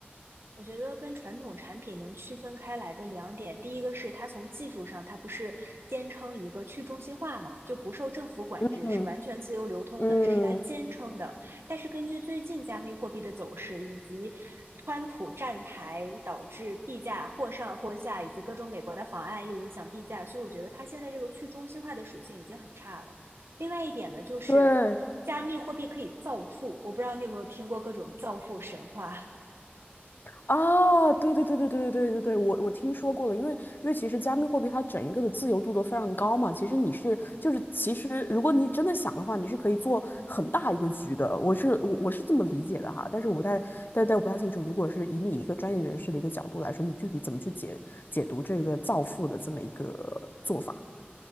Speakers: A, on the right; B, on the left.
A: 我觉得跟传统产品能区分开来的两点，第一个是它从技术上，它不是坚称一个去中心化嘛，就不受政府管制，
B: 嗯。
A: 是完全自由流通的，
B: 嗯，
A: 这是它坚称的。但是根据最近加密货币的走势，以及川普站台导致币价或上或下，以及各种美国的法案又影响币价，所以我觉得它现在这个去中心化的属性已经很差了。另外一点呢，就是加密货币可以造富，
B: 对
A: 我不知道你有没有听过各种造富神话。
B: 啊，对对对对对对对对对，我我听说过了，因为因为其实加密货币它整一个的自由度都非常高嘛，其实你是就是其实如果你真的想的话，你是可以做很大一个局的，我是我我是这么理解的哈，但是我不太但但我不太清楚，如果是以你一个专业人士的一个角度来说，你具体怎么去解解读这个造富的这么一个做法？